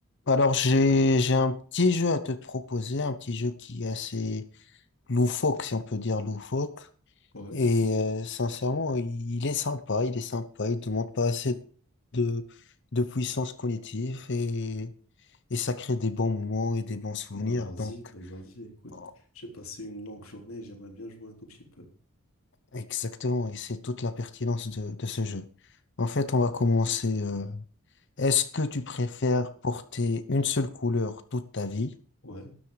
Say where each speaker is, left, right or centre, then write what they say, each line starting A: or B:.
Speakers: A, on the left (about 55°); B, on the left (about 70°).
A: Alors, j'ai, j'ai un petit jeu à te proposer, un petit jeu qui est assez loufoque, si on peut dire loufoque.
B: Ouais,
A: Et euh, sincèrement, il est sympa, il est sympa, il ne demande pas assez de, de puissance cognitive et, et ça crée des bons moments et des bons souvenirs.
B: bah vas-y,
A: Donc,
B: bah vas-y, écoute,
A: oh,
B: j'ai passé une longue journée, j'aimerais bien jouer un tout petit peu.
A: exactement, et c'est toute la pertinence de, de ce jeu. En fait, on va commencer. euh, est-ce que tu préfères porter une seule couleur toute ta vie
B: Ouais,